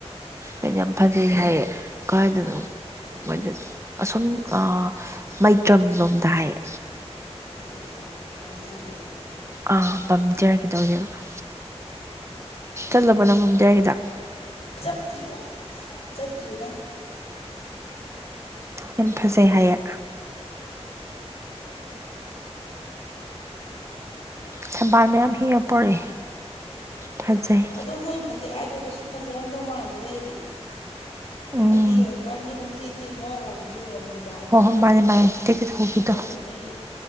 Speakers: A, on the right; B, on the left.
A: ꯑꯩꯅ ꯌꯥꯝ ꯐꯖꯩ ꯍꯥꯏꯌꯦ ꯀꯥꯏꯗꯅꯣ
B: ꯀꯩ
A: ꯃꫭꯏ
B: ꯂꯝ
A: ꯑꯁꯨꯝ ꯑꯥ ꯃꯩꯇ꯭ꯔꯝꯂꯣꯝꯗ ꯍꯥꯏꯌꯦ
B: ꯃꯩꯇ꯭ꯔꯝ ꯕꯝꯗꯤꯌꯥꯔꯒꯤ
A: ꯑꯥ ꯕꯝꯗꯤꯌꯥꯔꯒꯤꯗꫭ ꯑꫭꯏꯗꯨꯏꯕ ꯆꯠꯂꯕꫭ ꯅꯪ ꯕꯝꯗꯤꯌꯥꯔꯒꯤꯗꫭ
B: ꯆꯠ ꯑꯌꫭ ꯆꯠꯇ꯭ꯔꯤꯗ
A: ꯌꯥꯝ ꯐꯖꯩ ꯍꯥꯏꯌꯦ ꯊꯝꯕꯥꯜ ꯃꯌꯥꯝ ꯍꯩꯛꯑꯒ ꯄꯔꯥꯛꯑ ꯐꯖꯩ
B: ꯑꯗꯣ ꯃꯣꯏ ꯐꯖꯩ ꯍꯥꯏꯗꯣ ꯀꯩꯁꯨ ꯐꯖꯔꯝꯗꯧ ꯃꯥꯟꯗꯦꯗ ꯑꯩꯗꯤ
A: ꯎꯝ
B: ꯍꯥꯏꯗꯤ ꯍꯧꯖꯤꯛ ꯑꯗꯨꯀꯥꯟꯒꯤ ꯑꯗꯨꯝ ꯇꯦꯠ ꯇꯦꯠ ꯈꯔ ꯍꯧꯕꯤꯁꯨ ꯑꯣꯏꯔꯝꯅꯤꯕ
A: ꯍꯣꯏ
B: ꯃꯣꯏ
A: ꯍꯣꯏ ꯃꯥꯅꯦ ꯃꯥꯅꯦ
B: ꯄꯥꯡ
A: ꯇꯦꯛꯇꯦꯛ ꯊꯧꯕꯤꯗꯣ
B: ꯆꯠꯊꯣꯛꯇꯕꯒꯤ